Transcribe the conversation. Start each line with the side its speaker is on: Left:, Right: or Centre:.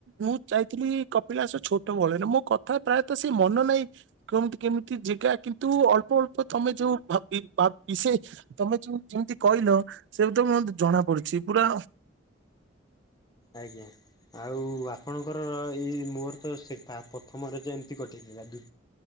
Right: ମୁଁ ଯାଇଥିଲି କପିଳାସ ଛୋଟବେଳରେ, ମୋ କଥା ପ୍ରାୟତଃ ସେଇ ମନେ ମନ ନେଇ କମତି କେମତି ଜେଗା କିନ୍ତୁ ଅଳ୍ପ ଅଳ୍ପ ତମେ ଯୋଉ ବା ବି ବା ବିଶେ ତମେ ଯୋଉ ଯେମତି କଇଲ ସେମତି ମ ଜଣାପଡୁଛି, ପୁରା
Left: ଆଜ୍ଞା। ଆଉ ଆପଣଙ୍କର ଏଇ ମୋର ତ ସେଇ ଫା ପ୍ରଥମ ରଜ ଏମତି କଟିଥିଲା। ଦୁ